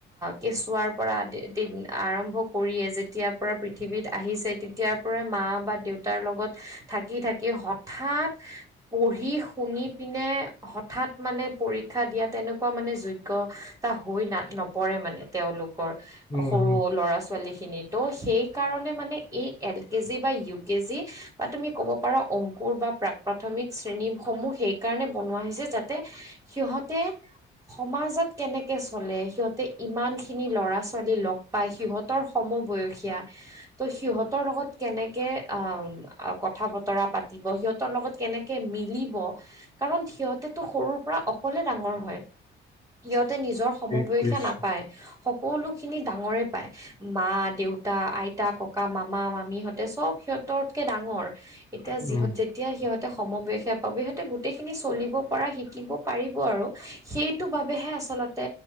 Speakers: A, on the right; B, on the left.
A: কেঁচুৱাৰ পৰা আদি আৰম্ভ কৰিয়ে যেতিয়াৰ পৰা পৃথিৱীত আহিছে তেতিয়াাৰ। তেতিয়া পৰা মা বা দেউতাৰ লগত থাকি থাকি হঠাৎ। পঢ়ি শুনি পিনে হঠাৎ মানে পৰীক্ষা দিয়া তেনেকুৱা মানে যোগ্য। তা হৈ না নপৰে মানে তেওঁলোকৰ
B: উম
A: সৰু
B: হম
A: ল'ৰা ছাল। ছোৱালীখিনি তো সেইকাৰণে মানে এই এল কে জি বা ইউ কে জি। বা তুমি ক'ব পাৰা অংকুৰ বা প্ৰাক। প্ৰাথমিক শ্ৰেণীসমূহ সেইকাৰণে বনোৱা হৈছে যাতে সিহতে। সমাজত কেনেকে চলে, সিহঁতে ইমান খিনি ল'ৰা- ছোৱালী লগ। বা সিহঁতৰ সমবয়সীয়া।
B: <unintelligible>
A: ত' সিহঁতৰ লগত কেনেকে অ' কথা বতৰা পাতিব সিহঁতৰ লগত। কেনেকে মিলিব, কাৰণ সিহঁতেটো সৰুৰ পৰা অকলে ডাঙৰ হয়। সিহঁতে নিজৰ সমবসা
B: ঠিক কৈছা
A: নাপায়, সকলোখিনি ডাঙৰে পায়। মা দেউতা, আইতা ককা মামা মামী সহঁতে চব সিহঁততকে ডাঙৰ। এতিয়া
B: উম
A: যিহত যেতিয়া সিহত। সমবয়সে পাব, সিহঁতে গোটেইখিনি চলিব পৰা শিকিব পাৰিব আৰু। সেইটো বাবেহে আচলতে